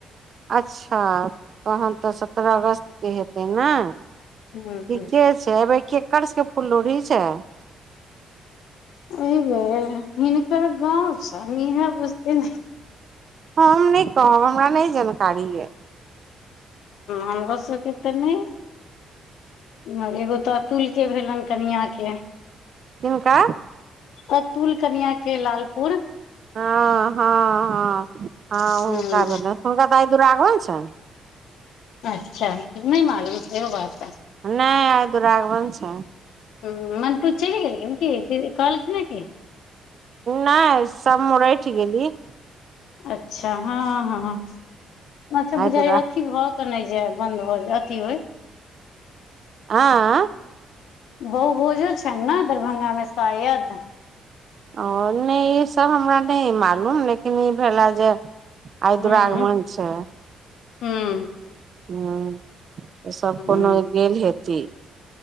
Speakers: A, on the right (about 50°); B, on the left (about 80°).
A: अच्छा तहन तऽ सत्रह अगस्त के हेतै ने।
B: हूँ
A: ठीके
B: हूँ
A: छै एबे कड़ सभके पुललो छै
B: एहि बेर हिनकर गाव छै इह बुझती
A: हम नहि कहब हमरा नहि जानकारी य
B: हम घस कीत ने इमहर एगो तऽ अतुल के भेलनि कनिया के
A: हिनका।
B: कतुल कनिय के लालपुर
A: हँ हँ हँ
B: हूँ
A: हुनका भेलनि हुनका दाय दुरागबै छनि
B: अच्छा नहि मालूम छै बात
A: नहि आइ दुरागमन छै।
B: हू मन तू चल गेली कि दी कहल छै न कि
A: नहि सोराठि गेललऽ
B: अच्छा ह ह माछ बुझइ
A: आइ दुरा
B: अथी भऽ के नहि जा बन्द भऽ जा अथी होय
A: आ
B: बहु बोझो छनि न दरभंगा मे शायद
A: ओ नहि ई सभ हमरा नहि मालूम लेकिन ई भेलै जे आइ
B: हूँ
A: दुरागमन
B: हूँ
A: अच्छा।
B: हूँ
A: हैं सभ कोनो
B: हूँ
A: गेल हेती